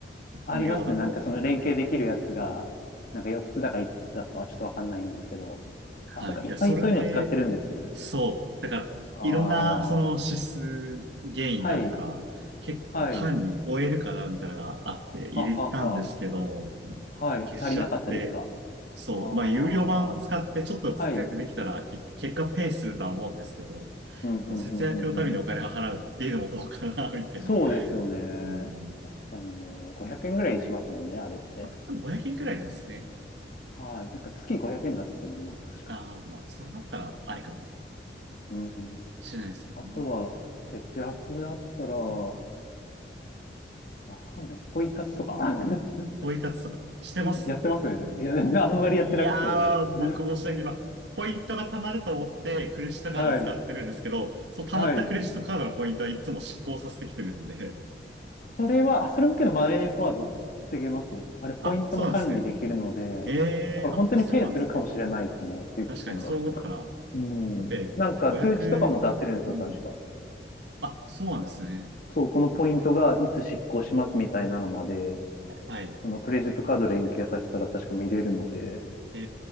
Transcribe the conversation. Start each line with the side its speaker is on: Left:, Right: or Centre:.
Left: ありますね。
Right: 無料だと。
Left: なんかその連携できるやつが、なんか4つだか1つだかはちょっとわかんないんですけど。あ、
Right: はい。
Left: そっか。いっぱいそういうの使ってるんです。
Right: いや、それで、そう。だから、
Left: ああ、
Right: いろんな、その指数原因があるから、
Left: はい、
Right: 結構管理終えるかな、
Left: はい、
Right: みたいなのがあって入れたんですけど、
Left: ははは、はい。
Right: 消しちゃって、
Left: 足りなかったですか
Right: そう。
Left: ああー、
Right: まあ、有料版使ってちょっと節約できたら、
Left: はい。
Right: 結結果ペイするとは思うんですけど、
Left: うん、うん、
Right: もう節約のためにお金を払うっていうのもどうかな、
Left: うん、うん、うん。
Right: みたいな。
Left: そうですよね。
Right: うん。
Left: 確かにね。500円ぐらいしますもんね、あれって。
Right: あ、でも500円くえんくらいなんですね。
Left: はい。なんか月500円だったと思います、確か。
Right: ああ、まあ、それだったらありかも
Left: うん。
Right: しれないですけどね。
Left: あとは、節約だったら、わかんないです。ポイ活とか。<laughs>
Right: ポイ活とかしてます
Left: やってますいや、あんまりやってなくて。
Right: いやー、
Left: <laughs>
Right: 僕もしなければ、ポイントが貯まると思ってクレジットカードを使ってるんですけど、
Left: はい。
Right: その貯まったクレジットカードのポイントはいつも失効させてきてるんで、
Left: はい。それは、あ、それもけどマネーフォワード防げますよ。あれ、ポイントも管理できるので、
Right: あ、そうなんですね。えー、
Left: だから本当にペイするかもしれないですね。
Right: あ、そうなんですね。
Left: ゆきさんだったら。
Right: 確かにそう思ったら、
Left: うん。
Right: だって500、
Left: なんか通知とかも出せるんですよ、
Right: うん。
Left: 確か。
Right: あ、そうなんですね。
Left: そう、このポイントがいつ執行しますみたいなのまで、
Right: はい。
Left: そのクレジットカード連携させたら確か見れるので、
Right: え